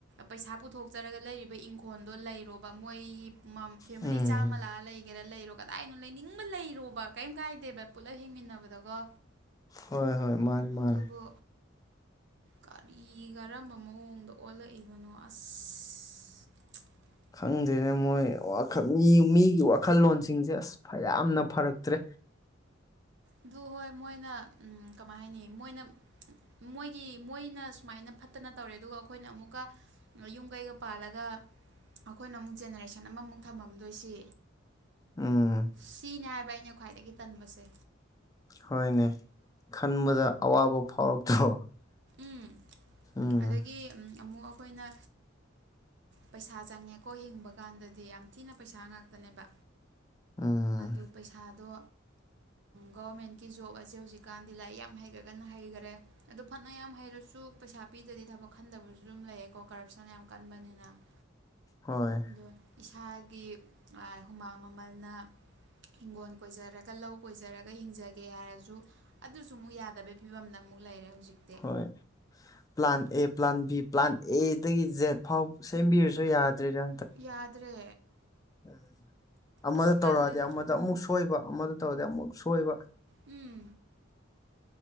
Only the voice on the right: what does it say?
ꯄꯩꯁꯥ ꯄꯨꯊꯣꯛꯆꯔꯒ ꯂꯩꯔꯤꯕ ꯏꯪꯈꯣꯜꯗꯣ ꯂꯩꯔꯣꯕ ꯃꯣꯏꯒꯤ ꯐꯦꯃꯤꯂꯤ
ꯆꯥꯝꯃ ꯂꯥꯛꯑ ꯂꯩꯒꯦꯔꯥ ꯂꯩꯔꯣ ꯀꯗꯥꯏꯅꯣ ꯂꯩꯅꯤꯡꯕ ꯂꯩꯔꯣꯕ ꯀꯩꯝ ꯀꯥꯏꯗ ꯗꯦꯕ ꯄꯨꯂꯞ ꯍꯤꯡꯃꯤꯟꯅꯕꯗꯀꯣ
ꯑꯗꯨꯕꯨ ꯀꯔꯤ ꯀꯔꯝꯕ ꯃꯑꯣꯡꯗ ꯑꯣꯜꯂꯛꯏꯕꯅꯣ ꯑꯁ ꯑꯆ
ꯑꯗꯨ ꯍꯣꯏ ꯃꯣꯏꯅ ꯎꯝ ꯀꯃꯥꯏ ꯍꯥꯏꯅꯤ ꯃꯣꯏꯅ ꯃꯣꯏꯒꯤ ꯃꯣꯏꯅ ꯁꯨꯃꯥꯏꯅ ꯐꯠꯇꯅ ꯇꯧꯔꯦ ꯑꯗꯨꯒ ꯑꯩꯈꯣꯏꯅ ꯑꯃꯨꯛꯀ ꯌꯨꯝ ꯀꯩꯒ ꯄꯥꯜꯂꯒ ꯑꯩꯈꯣꯏꯅ ꯑꯃꯨꯛ ꯖꯦꯅꯦꯔꯦꯁꯟ ꯑꯃꯃꯨꯛ ꯊꯝꯃꯝꯗꯣꯏꯁꯤ
ꯁꯤꯅꯦ ꯍꯥꯏꯕ ꯑꯩꯅ ꯈ꯭ꯋꯥꯏꯗꯒꯤ ꯇꯟꯕꯁꯦ꯫
ꯎꯝ
ꯑꯗꯒꯤ ꯑꯃꯨꯛ ꯑꯩꯈꯣꯏꯅ ꯄꯩꯁꯥ ꯆꯪꯉꯦꯀꯣ ꯍꯤꯡꯕ ꯀꯥꯟꯗꯗꯤ ꯌꯥꯝ ꯊꯤꯅ ꯄꯩꯁꯥ ꯉꯥꯛꯇꯅꯦꯕ꯫
ꯑꯗꯨ ꯄꯩꯁꯥꯗꯣ ꯒꯕꯔꯃꯦꯟꯠꯀꯤ ꯖꯣꯕ ꯑꯁꯦ ꯍꯧꯖꯤꯛꯀꯥꯟꯗꯤ ꯂꯥꯏꯔꯤꯛ ꯌꯥꯝ ꯍꯩꯒ꯭ꯔꯒꯅ ꯍꯩꯒ꯭ꯔꯦ ꯑꯗꯣ ꯐꯅ ꯌꯥꯝ ꯍꯩꯔꯁꯨ ꯄꯩꯁꯥ ꯄꯤꯗꯗꯤ ꯊꯕꯛ ꯈꯟꯗꯕꯁꯨ ꯑꯗꯨꯝ ꯂꯩꯌꯦꯀꯣ ꯀꯔꯞꯁꯟ ꯌꯥꯝ ꯀꯟꯕꯅꯤꯅ <unintelligible>
ꯑꯗꯣ ꯏꯁꯥꯒꯤ ꯍꯨꯃꯥꯡ ꯃꯃꯜꯅ ꯍꯤꯡꯒꯣꯜ ꯀꯣꯏꯖꯔꯒ ꯂꯧ ꯀꯣꯏꯖꯔꯒ ꯍꯤꯡꯖꯒꯦ ꯍꯥꯏꯔꯁꯨ꯫ ꯑꯗꯨꯁꯨ ꯑꯃꯨꯛ ꯌꯥꯗꯕꯒꯤ ꯐꯤꯕꯝꯗ ꯑꯃꯨꯛ ꯂꯩꯔꯦ ꯍꯧꯖꯤꯛꯇꯤ
ꯌꯥꯗ꯭ꯔꯦ
ꯑꯁ ꯇꯜꯂꯦꯗ
ꯎꯝ